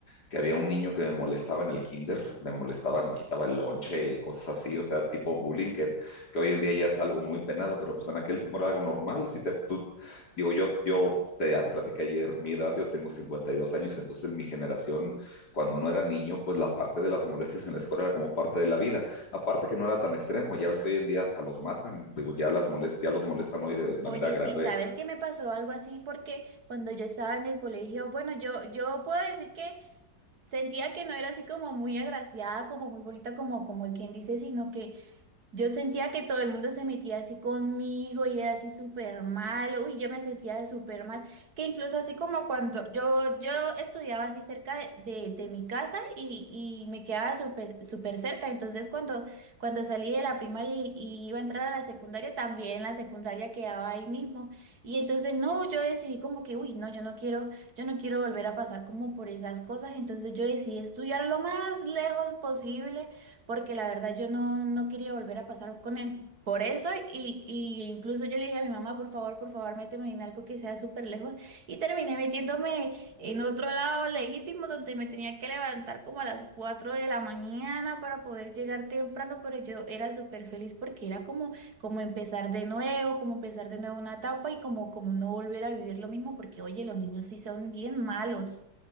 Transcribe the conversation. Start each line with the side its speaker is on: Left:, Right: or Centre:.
Left: que había un niño que me molestaba en el kinder, me molestaba, me quitaba el lonche y cosas así, o sea, tipo bullying, que, que hoy en día ya es algo muy penado, pero pues en aquel tiempo era algo normal. Si te, tú, digo, yo, yo te- ya te platiqué ayer mi edad, yo tengo cincuenta y dos años, entonces en mi generación, cuando uno era niño, pues la parte de las molestias en la escuela era como parte de la vida, aparte que no era tan extremo, ya ves que hoy en día hasta los matan, digo, ya las molest, ya los molestan hoy de manera
Right: Oye,
Left: grave.
Right: sí, ¿sabes qué me pasó algo así? Porque cuando yo estaba en el colegio, bueno, yo, yo puedo decir que sentía que no era así como muy agraciada, como muy bonita, como, como el quien dice, sino que Yo sentía que todo el mundo se metía así conmigo y era así súper mal, uy, yo me sentía súper mal, que incluso así como cuando yo, yo estudiaba así cerca de, de- de mi casa y, y me quedaba súper súper cerca, entonces cuando, cuando salí de la primaria y, y iba a entrar a la secundaria, también la secundaria quedaba ahí mismo, y entonces no, yo decidí como que, uy, no, yo no quiero, yo no quiero volver a pasar como por esas cosas, entonces yo decidí estudiar lo más lejos posible porque la verdad yo no, no quería volver a pasar con él. Por eso, y, y incluso yo le dije a mi mamá, por favor, por favor, méteme en algo que sea súper lejos. Y terminé metiéndome en otro lado lejísimo, donde me tenía que levantar como a las 4 de la mañana para poder llegar temprano, pero yo era súper feliz porque era como, como empezar de nuevo, como empezar de nuevo una etapa y como, como no volver a vivir lo mismo, porque oye, los niños sí son bien malos.